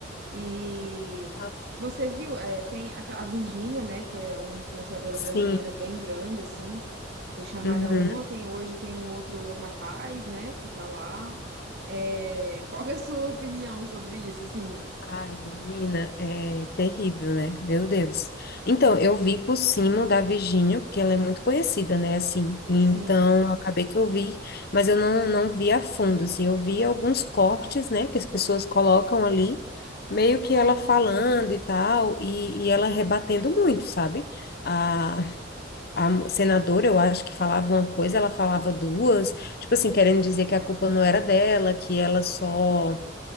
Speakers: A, on the right; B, on the left.
A: E
B: Tá.
A: você viu, é, tem a, a Virgínia, né, que é uma influenciadora
B: Sim.
A: brasileira bem grande, assim, foi chamada
B: Uhum.
A: ontem, hoje tem um outro rapaz, né, que tá lá. É, qual que é a sua opinião sobre isso, assim?
B: Ai, menina, é terrível, né? Meu Deus. Então, eu vi por cima da Virgínia, porque ela é muito conhecida, né? Assim, então
A: Sim.
B: acabei que eu vi, mas eu não, não vi a fundo, assim, eu vi alguns cortes, né? Que as pessoas colocam ali, meio que ela falando e tal, e, e ela rebatendo muito, sabe? A, a senadora, eu acho que falava uma coisa, ela falava duas, tipo assim, querendo dizer que a culpa não era dela, que ela só